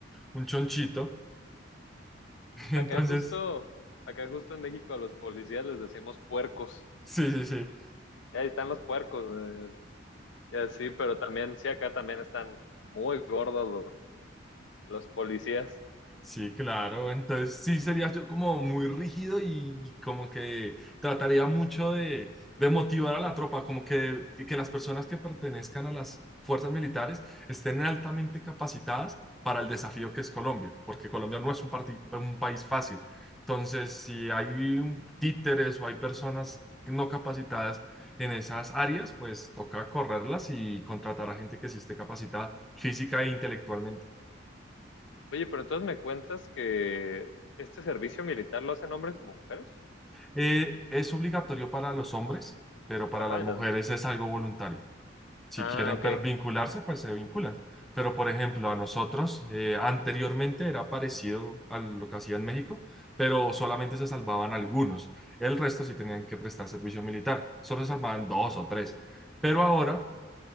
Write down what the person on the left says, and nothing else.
Acá justo, acá justo en México a los policías les decimos puercos.
Y ahí están los puercos. eh, y así, pero también, sí, acá también están muy gordos los, los policías.
Oye, pero entonces me cuentas que este servicio militar lo hacen hombres y mujeres.
Ajá,
y
las-
Ah,
ok,